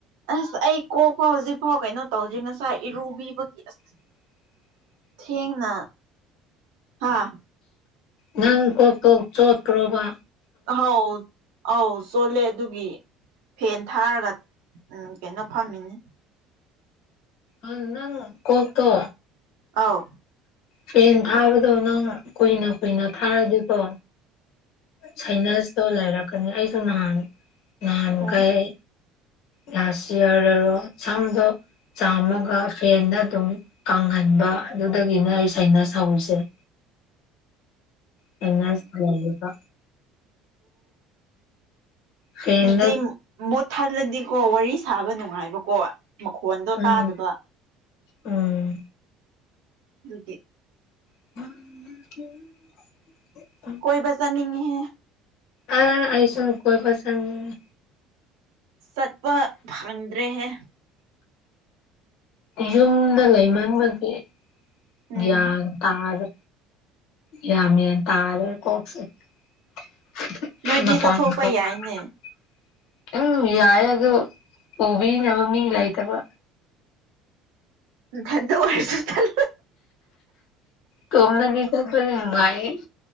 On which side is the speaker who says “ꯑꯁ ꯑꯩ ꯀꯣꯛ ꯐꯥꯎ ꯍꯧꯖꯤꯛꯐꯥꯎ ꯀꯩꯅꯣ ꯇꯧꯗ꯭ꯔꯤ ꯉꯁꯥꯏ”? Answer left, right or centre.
Right